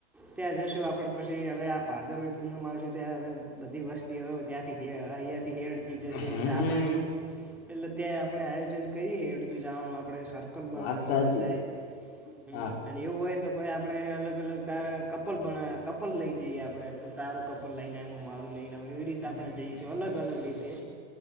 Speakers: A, in the centre; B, on the left (about 50°).
A: ત્યાં જશું આપડે પછી હવે આ પાદર પૂનમ આવશે ત્યાં હવે બધી વસ્ત ત્યાંથી અહીયાથી હેડતી જશે
B: હમ
A: એટલે
B: હમ.
A: આપણે એટલે ત્યા આપણે કઈ હેડતું જવાનું આપણે સર્કલ બનાવીએ
B: વાત સાચી
A: બધાએ હમ.
B: હા
A: અને એવું હોય તો પ આપણેે અલગ અલગ તારે કપલ બના કપલ લઈ જઈએ આપણે તું તારું કપલ લઈને આવ હું મારું લઈને આવ એવી રીતે આપણે જઈશું અલગ અલગ રીતે